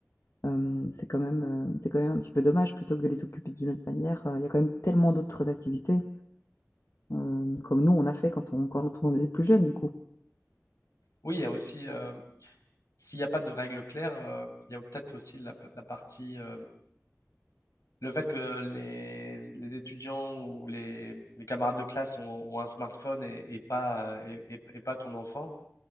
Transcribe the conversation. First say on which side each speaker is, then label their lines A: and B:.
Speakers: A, on the left; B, on the left.
A: Euh, c'est quand même, euh, c'est quand même un petit peu dommage plutôt que de les occuper d'une autre manière. euh, Il y a quand même tellement d'autres activités, euh, comme nous, on a fait quand on, quand on était plus jeune, du coup.
B: Oui, il y a aussi, euh, s'il n'y a pas de règles claires, euh, il y a peut-être aussi la, la partie. euh, le fait que les, les étudiants ou les, les camarades de classe ont, ont un smartphone et, et pas, et, et- et pas ton enfant,